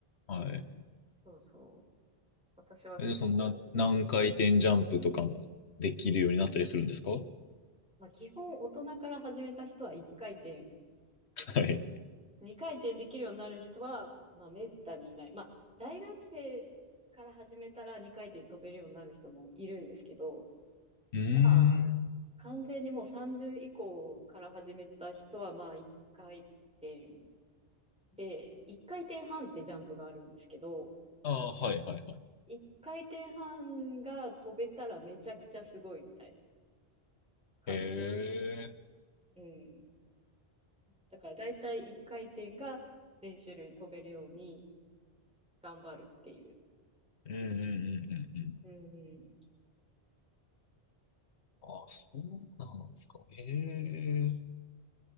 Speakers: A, on the left; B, in the centre.
A: はい。
B: そうそう。私は結構、
A: え、じゃあ、そんな、何回転ジャンプとかもできるようになったりするんですかは
B: まあ、基本大人から始めた人は一回転ですね。
A: い。
B: に二回転できるようになる人は、まあ、めったにいない。まあ、大学生から始めたら二回転飛べるようになる人もいるんですけど、
A: うーん。
B: まあ、完全にもう30以降から始めた人は、まあ、一回転で、一回転半ってジャンプがあるんですけど、
A: ああ、はいはいはい。
B: 一回転半が飛べたらめちゃくちゃすごいみたいな感じです。
A: へえ。
B: うん。だから大体一回転が全種類飛べるように頑張るっていう
A: うんうんうんうんうん。
B: うんうん。
A: あ、そうなんですか。え